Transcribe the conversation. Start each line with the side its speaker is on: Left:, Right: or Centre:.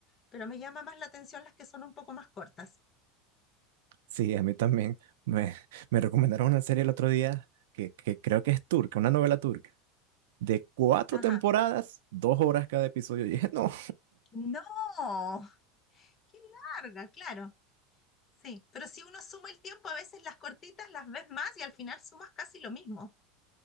Left: pero me llama más la atención las que son un poco más cortas.
Right: sí, a mí también. Me, <laughs> me recomendaron una serie el otro día que, que creo que es turca, una novela turca, de cuatro
Left: Ajá.
Right: temporadas, dos horas cada episodio. <laughs> Y dije, no,
Left: No, qué larga, claro. Sí, pero si uno suma el tiempo, a veces las cortitas las ves más y al final sumas casi lo mismo.